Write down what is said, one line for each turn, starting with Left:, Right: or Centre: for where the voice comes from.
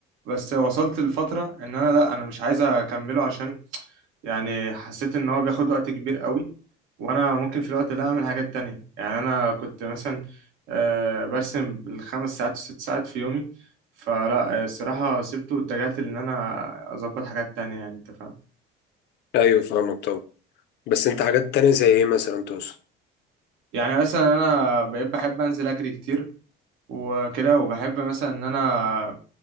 Right: بس وصلت لفترة ان انا لا انا مش عايز اكمله عشان يعني حسيت ان هو بياخد وقت كبير قوي وانا ممكن في الوقت ده اعمل حاجات تانية يعني انا كنت مثلا آه، برسم بالخمس ساعات وست ساعات في يومي فلا آه، الصراحة سبته واتجهت ان انا اظبط حاجات تانية يعني انت فاهم
Left: ايوه فاهمك طبعا بس انت حاجات تانية زي ايه مثلا تقصد
Right: يعني مثلا انا بقيت بحب انزل اجري كتير وكده وبحب مثلا ان انا